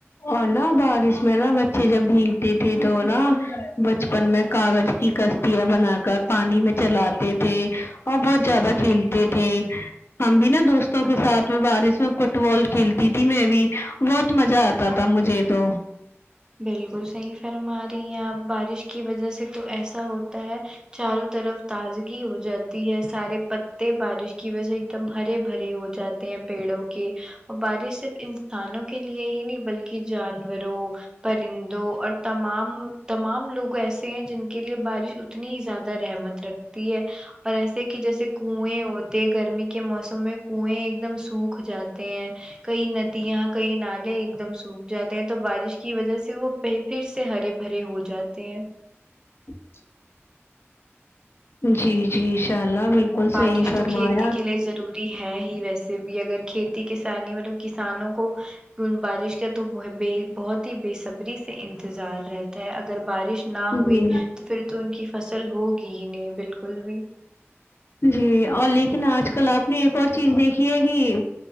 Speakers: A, on the left; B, on the right.
A: اور ناں بارش میں ناں بچے جب بھیگتے تھے تو ناں بچپن میں کاغذ کی کشتیاں بنا کر پانی میں چلاتے تھے اور بہت زیادہ
B: بالکل
A: کھیلتے تھے ہم بھی ناں دوستوں کے ساتھ میں بارش میں فٹ بال کھیلتے تھی میں بھی بہت مزہ آتا تھا مجھے تو
B: بالکل صحیح فرما رہی ہیں آپ بارش کی وجہ سے تو ایسا ہوتا ہے چاروں طرف تازگی ہو جاتی ہے سارے پت تے بارش کی وجہ ایک دم ہرے بھرے ہو جاتے ہیں پیڑوں کے اور بارش صرف انسانوں کے لیے ہی نہیں بلکہ جانوروں پرندوں اور تمام تمام لوگ ایسے ہیں جن کے لیے بارش اتنی ہی زیادہ رحمت رکھتی ہے پر ایسے کہ جیسے کنویں ہوتے گرمی کے موسم میں کنویں ایک دم سوکھ جاتے ہیں کئی ندیاں کئی نالے ایک دم سوکھ جاتے ہیں تو بارش کی وجہ سے وہ پھر سے ہرے بھرے ہو جاتے ہیں
A: <inaudible> جی جی انشاء اللہ بالکل
B: بارش
A: صحیح فرمایا
B: تو کھیتی کے لیے ضروری ہے ہی ویسے بھی اگر کھیتی کسانی مطلب کسانوں کو کی بارش کا تو بہت ہی بےصبری سے انتظار رہتا ہے اگر بارش نہ ہوئی
A: جی
B: تو پھر تو ان کی فصل ہوگی ہی نہیں بالکل بھی
A: جی اور لیکن آج
B: تو
A: کل آپ نے ایک اور چیز دیکھی ہے کہ